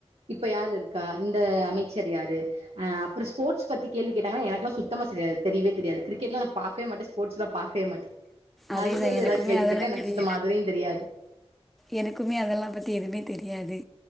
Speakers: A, on the right (about 65°); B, in the centre.
A: இப்ப யாரு இருக்கா இந்த அமைச்சர் யாரு அ அப்பறோ ஸ்போட்ஸ் பத்தி கேள்வி கேட்டாங்னா எனக்லா சுத்தமா செரியா தெரியவே தெரியாது கிரிகெட்லா நா பாக்கவே மாட்டே ஸ்போட்ஸ்லா பாக்கவே மாட்டே
B: அதேதா
A: அதுல இருந்து
B: எனக்குமே
A: எதாது கேள்வி
B: அதெல்லா
A: கேட்டா எனக்கு
B: தெரிய
A: சுத்தமா அதுலயு தெரியாது
B: எனக்குமே அதெல்லா பத்தி எதுவுமே தெரியாது